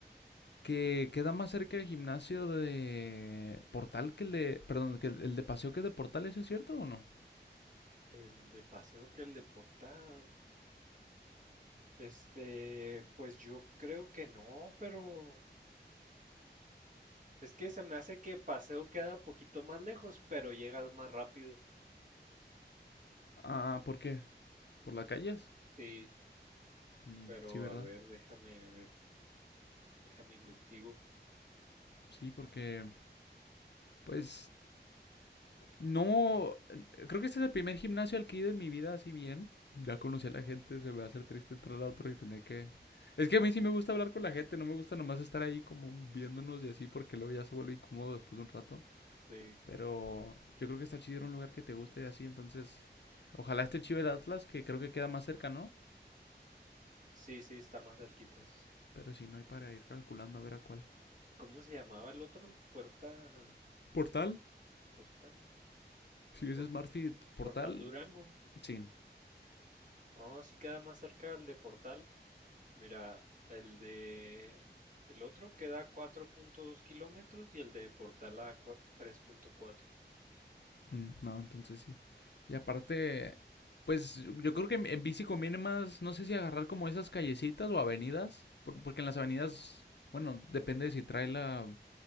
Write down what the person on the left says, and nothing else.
que queda más cerca el gimnasio de Portal que el de, perdón, que el, el de Paseo que el de Portal, ¿eso es cierto o no?
Ah, ¿por qué? ¿Por las calles?
Mm,
sí, ¿verdad?
Sí, porque, pues, No, creo que este es el primer gimnasio al que he ido en mi vida así bien. Ya conocí a la gente, se me va a hacer triste entrar a otro y tener que... Es que a mí sí me gusta hablar con la gente, no me gusta nomás estar ahí como viéndonos y así porque luego ya se vuelve incómodo después de un rato.
Pero yo creo que está chido ir a un lugar que te guste y así, entonces... Ojalá esté chido el Atlas, que creo que queda más cerca, ¿no?
Pero si no hay para ir calculando a ver a cuál.
Portal,
si
es Smartfit Portal,
sí.
Mm, No, entonces sí. Y aparte, pues yo creo que en, en bici conviene más, no sé si agarrar como esas callecitas o avenidas, por- porque en las avenidas, bueno, depende de si trae la,